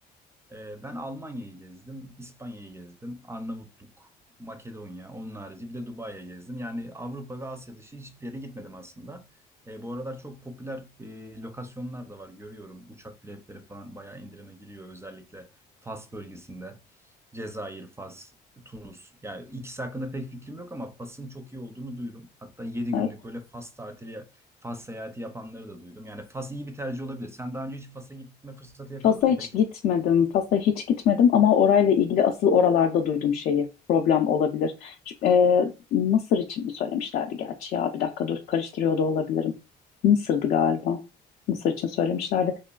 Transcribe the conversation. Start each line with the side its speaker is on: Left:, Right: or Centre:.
Right: Ee, ben Almanya'yı gezdim, İspanya'yı gezdim, Arnavutluk, Makedonya, onun harici bir de Dubai'ye gezdim. Yani Avrupa ve Asya dışı hiçbir yere gitmedim aslında. Ee, bu aralar çok popüler e, lokasyonlar da var görüyorum. Uçak biletleri falan bayağı indirime giriyor özellikle Fas bölgesinde. Cezayir, Fas, Tunus. Yani ikisi hakkında pek fikrim yok ama Fas'ın çok iyi olduğunu duydum. Hatta yedi
Left: Evet.
Right: günlük böyle Fas tatili, Fas seyahati yapanları da duydum. Yani Fas iyi bir tercih olabilir. Sen daha önce hiç Fas'a gitme fırsatı yakaladın
Left: Fas'a hiç
Right: mı peki?
Left: gitmedim. Fas'a hiç gitmedim ama orayla ilgili asıl oralarda duydum şeyi. Problem olabilir. Şu- e, Mısır için mi söylemişlerdi gerçi ya? Bir dakika dur karıştırıyor da olabilirim. Mısır'dı galiba. Mısır için söylemişlerdi.